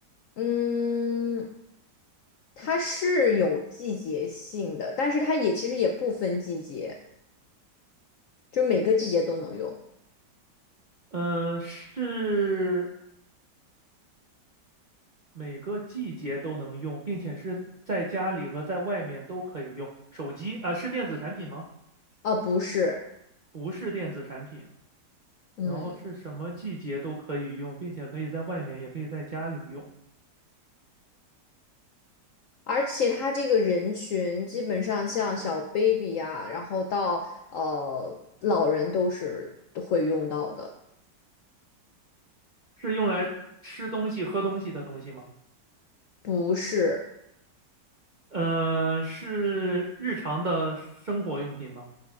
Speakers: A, on the left; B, on the right.
A: 嗯，它是有季节性的，但是它也其实也不分季节，就每个季节都能用。
B: 嗯、是每个季节都能用，并且是在家里和在外面都可以用。手机啊、呃是电子产品吗？
A: 啊、不是，
B: 不是电子产品。
A: 嗯，
B: 然后是什么季节都可以用，并且可以在外面，也可以在家里用。
A: 而且它这个人群基本上像小 baby 呀、然后到呃老人都是会用到的。
B: 是用来吃东西、喝东西的东西吗？
A: 不是，
B: 嗯、是日常的生活用品吗？